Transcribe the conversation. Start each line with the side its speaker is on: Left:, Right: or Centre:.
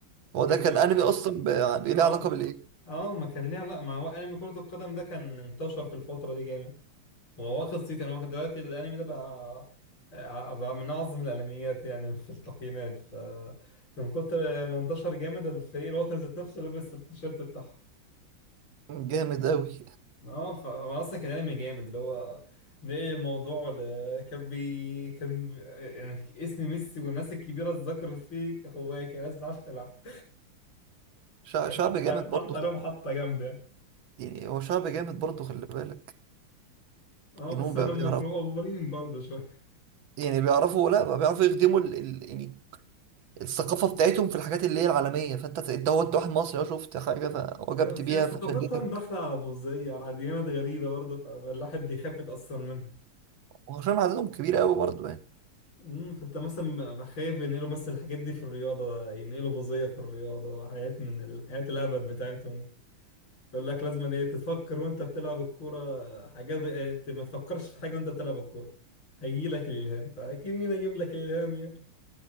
Right: هو
Left: كان
Right: ده كان انمي اصلا ب- يعني
Left: اه
Right: ليه علاقه بالايه
Left: اه ما كان ليه علاقة ما هو انمي كرة القدم ده كان انتشر في الفترة دي جامد هو واخد صيت يعني هو كان دلوقتي الانمي ده بقى آه، بقى من اعظم الانميات يعني في التقييمات ف من كتر ما انتشر جامد الفريق الوطني ذات نفسه لبس التيشيرت بتاعهم
Right: جامد قوي
Left: اه ف- هو اصلا كان انمي جامد اللي هو نقل الموضوع ل... كان بي كان يعني اسم ميسي والناس الكبيره اتذكرت فيه كهوايه كان الناس بتعرف تلعب
Right: شع-
Left: كان
Right: شعب
Left: حاطه
Right: جامد
Left: حاطه
Right: برضه خل...
Left: لهم حاطه جامده
Right: يعني هو شعب جامد برضه خلي بالك
Left: اه
Right: ان
Left: بس
Right: هم
Left: انا
Right: بي-
Left: هم
Right: بيعرفوا
Left: كانوا مقفرين برضه شويه
Right: يعني بيعرفوا لا بقى بيعرفوا يخدموا ال... ال... يعني الثقافة بتاعتهم في الحاجات اللي هي العالمية فانت ت- انت هو انت واحد مصري اه شفت حاجة فوجبت
Left: لا بس
Right: بيها
Left: هي ثقافتهم
Right: فشدتك
Left: داخله على بوذيه على ديانات غريبه برضه فالواحد بيخاف يتاثر منها
Right: وعشان عددهم كبير قوي برضه يعني
Left: امم فانت مثلا بخاف ينقلوا مثلا الحاجات دي في الرياضه ينقلوا بوذيه في الرياضه حاجات من الحاجات الهبل بتاعتهم يقول لك لازم ايه تفكر وانت بتلعب الكوره حاجات إيه، ت- ما تفكرش في حاجه وانت بتلعب الكوره هيجي لك الالهام فاكيد مين هيجيب لك الالهام يعني